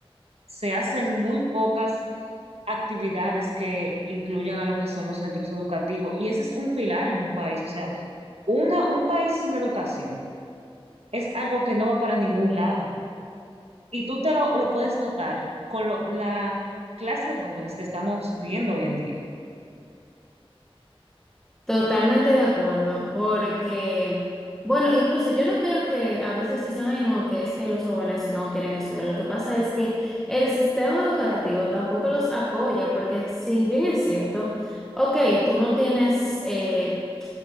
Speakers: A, on the right; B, in the centre.
A: Se hacen muy pocas actividades que incluyan a lo que son los centros educativos. Y ese es un pilar en un país. O sea, una, un país sin educación es algo que no va para ningún lado. Y tú te lo, lo puedes notar con lo- la clase de jóvenes que estamos viendo hoy en día.
B: Totalmente de acuerdo, porque, bueno, incluso yo no creo que a veces dicen, ay, no, que es que los jóvenes no quieren estudiar. Lo que pasa es que el sistema educativo tampoco los apoya, porque si bien es cierto, ok, tú no tienes, eh,